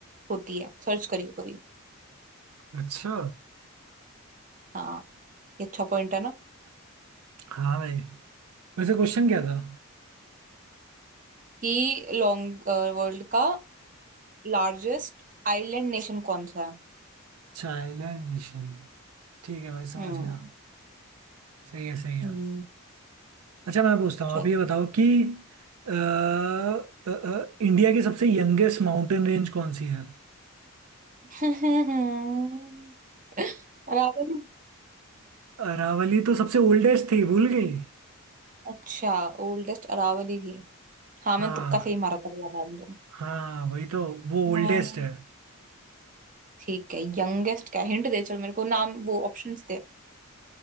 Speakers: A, on the right (about 35°); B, on the right (about 80°).
A: होती है सर्च करियो कभी
B: अच्छा
A: हाँ ये अच्छा पॉइंट है ना
B: हाँ भाई वैसे क्वेश्चन क्या था
A: कि लॉन्ग वर्ल्ड का लार्जेस्ट आइलैंड नेशन कौन सा है
B: Child nation ठीक है भाई समझ
A: हम्म
B: गया सही है सही है
A: हम्म
B: अच्छा मैं पूछता हूँ
A: चल
B: आप ये बताओ कि अ, अ, अ, इंडिया की सबसे यंगेस्ट माउंटेन रेंज कौन सी है
A: <laughs> अरावली
B: अरावली तो सबसे ओल्डेस्ट थी भूल गई
A: अच्छा ओल्डेस्ट अरावली थी हाँ मैं
B: हाँ
A: तुक्का सही मारा था याद आया मुझे
B: हाँ वही तो वो
A: हाँ
B: ओल्डेस्ट है
A: ठीक है यंगेस्ट क्या हिंट दे चल मेरे को नाम वो ऑप्शंस दे